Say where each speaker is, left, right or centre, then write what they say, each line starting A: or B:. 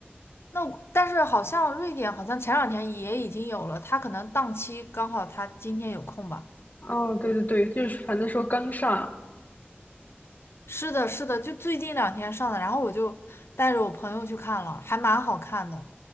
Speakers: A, on the left; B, on the left.
A: 那我但是好像瑞典好像前两天也已经有了，他可能档期刚好他今天有空吧。
B: 哦，对对对，就是反正说刚上。
A: 是的，是的，就最近两天上的，然后我就带着我朋友去看了，还蛮好看的。